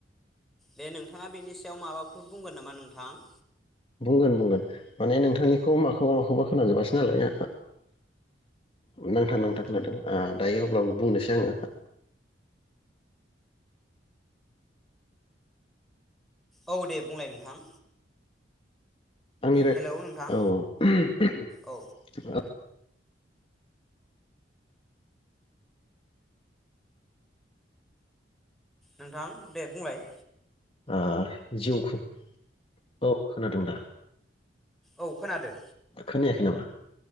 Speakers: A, in the centre; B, on the left (about 30°).
A: दे नोंथाङा बेनि सायाव माबाफोर बुंगोन नामा नोंथां।
B: बुंगोन बुंगोन माने नोंथांनिखौ माखौबा माखौबा खोनाजोबासै नालाय नांथा नांथा खोनादों ओ दायो अब्लाबो बुंनोसै आङो।
A: औ दे बुंलाय नोंथां।
B: आंनि राय
A: हेलौ नोंथां
B: <unintelligible>
A: औ नोंथां दे बुंलाय
B: आरो जिउखौ औ खोनादों दा?
A: औ खोनादो।
B: खोनायाखै नामा?